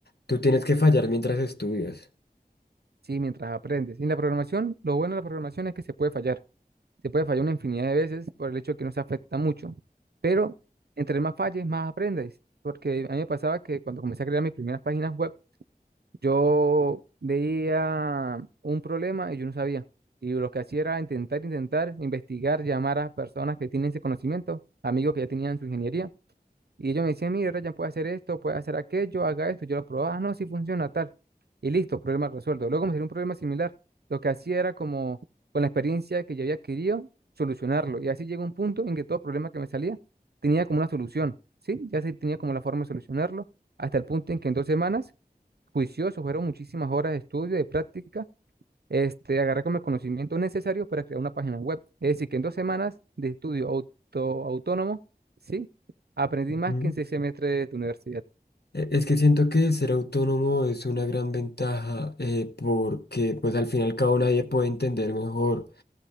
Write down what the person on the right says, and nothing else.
sí, mientras aprendes. Y en la programación, lo bueno de la programación es que se puede fallar. Se puede fallar una infinidad de veces por el hecho de que no se afecta mucho. Pero entre más falles, más aprendes. Porque a mí me pasaba que cuando comencé a crear mis primeras páginas web, yo veía un problema y yo no sabía. Y lo que hacía era intentar, intentar, investigar, llamar a personas que tienen ese conocimiento, amigos que ya tenían su ingeniería Y ellos me decían, mire, Ryan, puede hacer esto, puede hacer aquello, haga esto. Yo lo probaba, ah, no, si funciona tal. Y listo, problema resuelto. Luego me salió un problema similar. Lo que hacía era como, con la experiencia que yo había adquirido, solucionarlo. Y así llegó un punto en que todo problema que me salía tenía como una solución, ¿sí? Ya se tenía como la forma de solucionarlo, hasta el punto en que en dos semanas, juicioso, fueron muchísimas horas de estudio, de práctica, este, agarré como el conocimiento necesario para crear una página web. Es decir, que en dos semanas de estudio auto, autónomo, ¿sí? Aprendí
más que en seis semestres de universidad.